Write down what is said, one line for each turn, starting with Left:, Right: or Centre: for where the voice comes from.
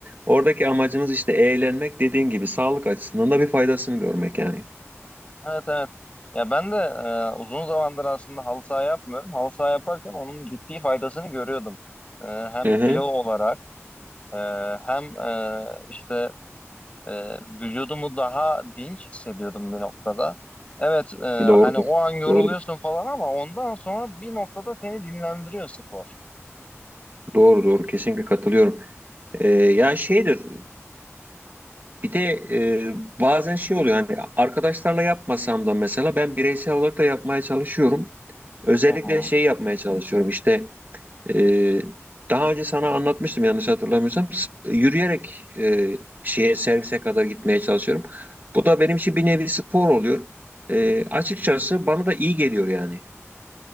Right: oradaki amacımız işte eğlenmek dediğin gibi sağlık açısından da bir faydasını görmek yani.
Left: Evet evet. Ya ben de e, uzun zamandır aslında halı saha yapmıyorum. Halı saha yaparken onun ciddi faydasını görüyordum. E, hem
Right: Hı
Left: kilo
Right: hı,
Left: olarak e, hem e, işte e, vücudumu daha dinç hissediyordum bir noktada. Evet e, hani
Right: doğrudur.
Left: o an yoruluyorsun
Right: Doğrudur.
Left: falan ama ondan sonra bir noktada seni dinlendiriyor spor.
Right: Doğru doğru kesinlikle katılıyorum. Ee, ya şeydir Bir de e, bazen şey oluyor hani arkadaşlarla yapmasam da mesela ben bireysel olarak da yapmaya çalışıyorum. Özellikle
Left: Hı hı.
Right: şey yapmaya çalışıyorum işte e, daha önce sana anlatmıştım yanlış hatırlamıyorsam s- yürüyerek e, şeye servise kadar gitmeye çalışıyorum. Bu da benim için bir nevi spor oluyor. E, açıkçası bana da iyi geliyor yani.